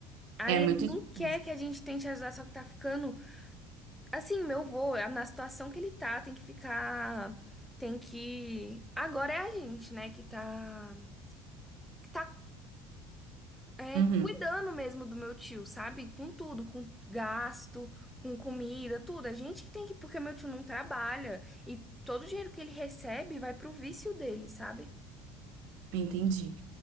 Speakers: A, in the centre; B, on the right.
A: Aí
B: é muito
A: ele não
B: difícil.
A: quer que a gente tente ajudar, só que tá ficando. Assim, meu vô, é na situação que ele tá, tem que ficar. Tem que. Agora é a gente, né, que tá. Que tá é,
B: Uhum.
A: cuidando mesmo do meu tio, sabe? Com tudo, com gasto, com comida, tudo. A gente que tem que. Porque meu tio não trabalha. E todo o dinheiro que ele recebe vai pro vício dele, sabe?
B: Entendi.